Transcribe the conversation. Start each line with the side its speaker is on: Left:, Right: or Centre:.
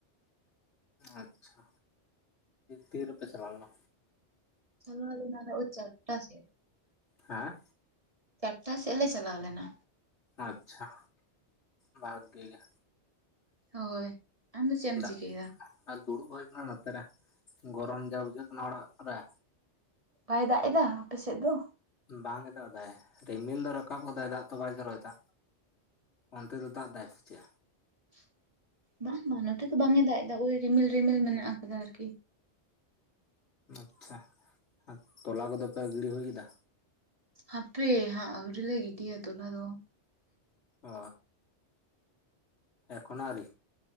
Left: ᱟᱪᱪᱷᱟ, ᱛᱤᱨ ᱨᱩᱯᱮ ᱪᱟᱞ ᱞᱮᱱᱟ?
Right: ᱪᱚᱞᱟᱣ ᱞᱮᱱᱟᱞᱮ ᱳᱭ ᱪᱟᱨᱴᱟ ᱥᱮᱫ᱾
Left: ᱦᱮᱸ
Right: ᱪᱟᱴᱴᱟ ᱥᱮᱫ ᱞᱮ ᱪᱟᱞᱟᱣ ᱞᱮᱱᱟ᱾
Left: ᱟᱪᱪᱷᱟ, ᱵᱷᱟᱜᱮ ᱜᱮ᱾
Right: ᱦᱳᱭ ᱟᱢᱫᱚ ᱪᱮᱮᱢ
Left: ᱫᱟᱜ
Right: ᱪᱤᱠᱟᱹᱭ ᱫᱟ?
Left: ᱟᱨ ᱫᱩᱲᱩᱵ ᱦᱩᱭ ᱟᱠᱟᱱᱟ ᱱᱚᱛᱮᱨᱮ, ᱜᱚᱨᱚᱢ ᱡᱟ ᱵᱩᱡᱷᱟᱹᱜ ᱠᱟᱱᱟ ᱚᱲᱟᱜ ᱨᱮ᱾
Right: ᱵᱟᱭ ᱫᱟᱜ ᱮᱫᱟ ᱟᱯᱮ ᱥᱮᱫ ᱫᱚ?
Left: ᱵᱟᱝ ᱮ ᱫᱟᱜ ᱫᱟᱭ ᱨᱤᱢᱤᱞ ᱫᱚ ᱨᱟᱠᱟᱵ ᱠᱟᱫᱟᱭ ᱫᱟᱜ ᱫᱚ ᱵᱟᱭ ᱡᱚᱨᱚᱭᱫᱟ᱾ ᱚᱱᱛᱮ ᱫᱚ ᱫᱟᱜ ᱫᱟᱭ ᱥᱮ ᱪᱮ?
Right: ᱵᱟᱝ ᱵᱟᱝ ᱱᱚᱛᱮ ᱫᱚ ᱵᱟᱝ ᱮ ᱫᱟᱜ ᱮᱫᱟ ᱳᱭ ᱨᱤᱢᱤᱞ ᱨᱤᱢᱤᱞ ᱢᱮᱱᱟᱜ ᱟᱠᱟᱫᱟ ᱟᱨᱠᱤ᱾
Left: ᱟᱪᱪᱷᱟ, ᱛᱚᱞᱟ ᱠᱚᱫᱚ ᱯᱮ ᱜᱤᱲᱤ ᱦᱩᱭᱠᱟᱫᱟ?
Right: ᱟᱯᱮ ᱦᱟᱸᱜ ᱟᱣᱨᱤᱞᱮ ᱜᱤᱫᱤᱭᱟ ᱛᱚᱞᱟ ᱫᱚ᱾
Left: ᱚ ᱮᱠᱷᱚᱱᱚ ᱟᱣᱨᱤ